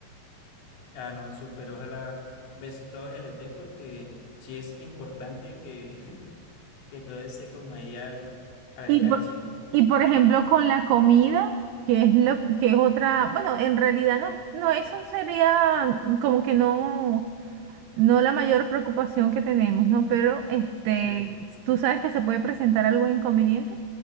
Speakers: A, on the left; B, on the right.
A: ah, no, súper, ojalá ves todo se les dé porque sí es importante que, <laughs> que todo esté como ahí al, al alcance.
B: Y por, y por ejemplo con la comida, que es lo que es otra, bueno, en realidad no, es- no eso sería como que no no la mayor preocupación que tenemos, ¿no? Pero este,
A: Sí,
B: tú sabes que se puede presentar algo inconveniente